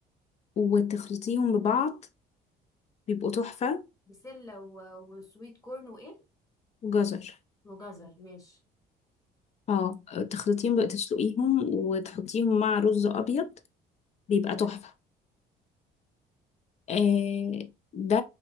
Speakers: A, on the left (about 40°); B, on the left (about 20°).
A: وتخلطيهم ببعض بيبقوا تحفة
B: بسلة و- وسويت كورن وإيه
A: وجزر
B: وجزر ماشي
A: اه تخلطيهم بقى تسلقيهم وتحطيهم مع رز أبيض بيبقى تحفة
B: حلو
A: إيه ده